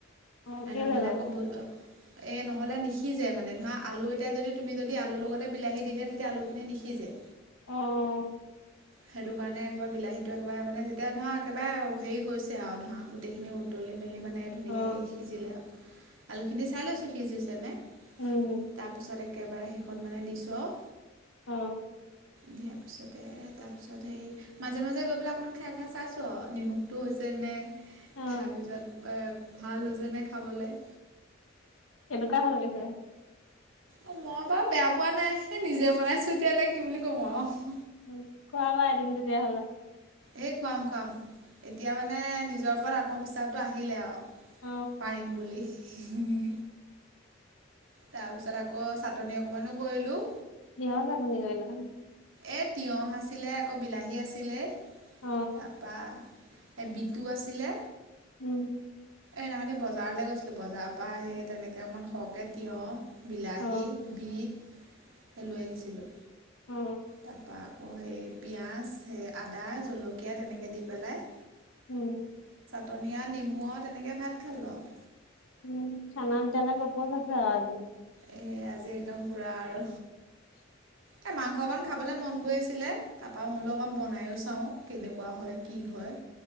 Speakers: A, on the left (about 80°); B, on the right (about 70°).
A: অ
B: ন
A: কেলে
B: নহলে
A: বাৰু?
B: আকৌ ব এ নহলে নিসিজে মানে ধৰা আলু এতিয়া যদি তুমি যদি আলুৰ লগতে বিলাহী দি দিয়া তেতিয়া আলুখিনি নিসিজে-
A: আহ
B: সেইটো কাৰণে একেবাৰে বিলাহীটো একেবাৰে মানে যেতিয়া ধৰা একেবাৰে হেৰি হৈছে আৰু ধৰা গোটেই খিনি উতলি- মানে ধুনীয়াকৈ
A: অ
B: সেই সিজিলে আৰু- আলু খিনি চাই লৈছো সিজিছে নাই-
A: উম
B: তাৰপিছত এক- একেবাৰে শেষত মানে দিছো অ-
A: অ
B: দিয়াৰ পিছতে তাত- তাৰিছত হৰি মাজে মাজে গৈ পেললে অকনমান খাই খাই চাইছো নিমখটো হৈছেনে
A: অ
B: তাৰপিছত ভাল হৈছেনে খাবলৈ-
A: এনেকুৱা হল গৈ <unintelligible> ছে-
B: অ মই বাৰু বেয়া পোৱা নাই এ নিজে বনাইছো এতিয়া এয়া কি বুলি কব অ-
A: উম খোৱা বা আৰু তেন্তে এদিন তেতিয়া হলে
B: এই খুৱাম খুৱাম এতিয়া মানে নিজৰ ওপৰত আত্মবিশ্বাসটো আহিলে আৰু-
A: অ
B: পাৰিম বুলি- উম তাৰ পিছত আকৌ চাটনি অকমানো কৰিলো-
A: কিহৰ চাটনি কৰিলি -
B: এ তিঁয়হ আছিলে আকৌ বিলাহী আছিলে।
A: অ
B: তাৰপৰা এ বিতু আছিলে
A: উম
B: এ নখনি বজাৰলৈ গৈছিলো বজাৰৰ পৰা আহি তেনেকে অকমান সৰকে তিয়হ বিলাহী
A: অ
B: বিট লৈ আহিছিলো
A: অ
B: তাৰপৰা আকৌ সেই পিঁয়াজ স আদা জলকীয়া তেনেকে দি পেলাই-
A: উম
B: টনীয়া নিমোৱত তেনেকে ভাত খালো আৰু।
A: উম চানা তেতিয়া হ'লে গপচ হৈছে আৰু আজি।
B: এইে আজি একদম পোৰা আৰু
A: <inaudible>
B: এ মাংস অকণ খাবলৈ মন গৈ আছিলে। তাৰপৰা মই বোলো অকণ বনাইও চাওঁ কেনেকুৱা হয় কি হয়।